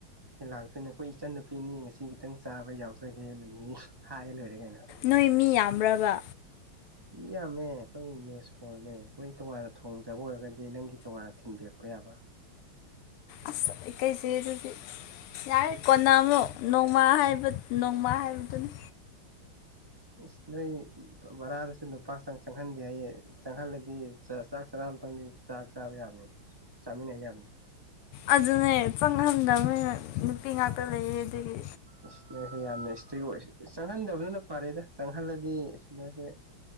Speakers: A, on the right (about 30°); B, on the left (about 90°).
A: ꯂꯥꯛꯇꯣꯏꯅꯦ ꯑꯩꯈꯣꯏ ꯏꯆꯟ ꯅꯨꯄꯤꯅꯤ ꯉꯁꯤ ꯈꯤꯇꯪ ꯆꯥꯕ ꯌꯥꯎꯖꯒꯦꯅ ꯍꯥꯏ ꯂꯣꯏꯔꯦꯒꯩꯅꯣ
B: ꯅꯣꯏ ꯃꯤ ꯌꯥꯝꯕ꯭ꯔꯕ
A: ꯃꯤ ꯌꯥꯝꯃꯦ ꯑꯩꯈꯣꯏ ꯃꯦꯁ ꯍꯣꯜꯅꯦ ꯑꯩꯈꯣꯏ ꯇꯣꯉꯥꯟꯅ ꯊꯣꯡꯖꯕ ꯑꯣꯏꯔꯒꯗꯤ ꯅꯪꯒꯤ ꯇꯣꯉꯥꯟꯅ ꯊꯤꯟꯕꯤꯔꯛꯄ ꯄ ꯌꯥꯕ
B: ꯑꯁ ꯏꯀꯩꯖꯩ ꯑꯗꯨꯗꯤ ꯌꯥꯔꯦ ꯀꯣꯟꯅ ꯑꯃꯨꯛ ꯅꯣꯡꯃꯥ ꯍꯥꯏꯕ ꯅꯣꯡꯃꯥ ꯍꯥꯏꯕꯗꯨꯅꯤ
A: ꯑꯁ ꯅꯣꯏ ꯕꯔꯥꯗꯁꯨ ꯅꯨꯄꯥ ꯆꯪ ꯆꯪꯍꯟꯗꯦ ꯍꯥꯏꯌꯦ ꯆꯪꯍꯜꯂꯗꯤ ꯑꯝꯇꯪꯗꯤ ꯆꯥꯛ ꯆꯥꯕ ꯌꯥꯕꯅꯤ ꯆꯥꯃꯤꯟꯅ ꯌꯥꯕꯅꯦ
B: ꯑꯗꯨꯅꯦ ꯆꯪꯍꯟꯗꯕꯅꯤꯅ ꯅꯨꯄꯤ ꯉꯥꯛꯇ ꯂꯩꯌꯦ ꯑꯗꯨꯒꯤ
A: ꯏꯁ ꯅꯣꯏꯁꯦ ꯌꯥꯝꯅ ꯏꯁꯇ꯭ꯔꯤꯛ ꯑꯣꯏ ꯆꯪꯍꯟꯗꯕꯗꯨꯅ ꯐꯔꯦꯗ ꯆꯪꯍꯜꯂꯗꯤ ꯏꯁ ꯅꯣꯏꯁꯦ